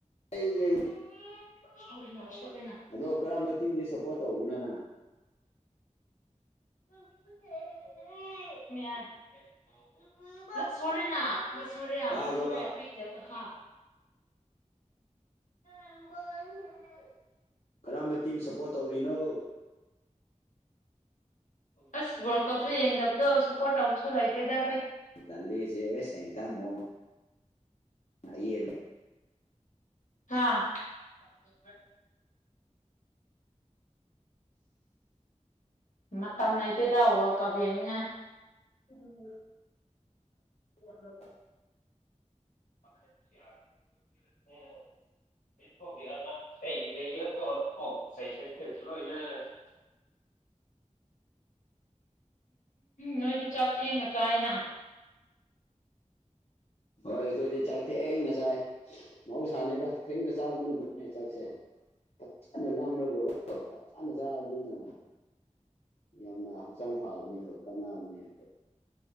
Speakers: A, on the left (about 55°); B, on the left (about 80°).
A: ꯑꯩ
B: <unintelligible>
A: ꯑꯗꯣ ꯀꯔꯝꯕ ꯇꯤꯝꯁꯦ ꯁꯞꯄꯣꯔꯠ ꯇꯧꯕꯅꯣꯅ
B: <unintelligible> <unintelligible>
A: ꯇꯥꯕ꯭ꯔꯣꯕ
B: ꯍ
A: ꯀꯔꯝꯕ ꯇꯤꯝ ꯁꯞꯄꯣꯔꯠ ꯇꯧꯔꯤꯅꯣ
B: ꯑꯁ ꯋꯥꯔꯜ ꯀꯞꯁꯨ ꯌꯦꯡꯗꯕꯗꯣ ꯁꯞꯄꯣꯔꯠ ꯇꯧꯕꯁꯨ ꯂꯩꯇꯦꯗ
A: <unintelligible> <unintelligible>
B: ꯍꯥꯥ ꯑꯣꯏ ꯃꯇꯝ ꯂꯩꯇꯦ ꯇꯥ ꯋꯥꯜ ꯀꯞ ꯌꯦꯡꯅꯤꯡꯉꯥꯏ
A: ꯎꯝ ꯍ <unintelligible>
B: <unintelligible> <unintelligible> ꯅꯣꯏꯗꯤ ꯆꯥꯛ ꯊꯦꯡꯅꯥ ꯆꯥꯏꯅ
A: ꯍꯣꯏ ꯑꯩꯈꯣꯏꯗꯤ ꯆꯥꯛ ꯊꯦꯡꯅ ꯆꯥꯏ ꯃꯍꯧꯁꯥꯅꯦꯗ ꯊꯦꯡꯅ ꯆꯥꯕꯅꯕꯣꯅꯦ ꯆꯥꯛꯁꯦ ꯐꯠꯖꯅ ꯂꯝꯂꯒꯣ ꯐꯠꯖꯅ ꯆꯥꯕꯗꯨꯅ ꯌꯥꯝꯅ ꯍꯛꯆꯥꯡ ꯐꯕꯅꯦꯕ ꯀꯥꯟꯅꯕꯅꯦꯕ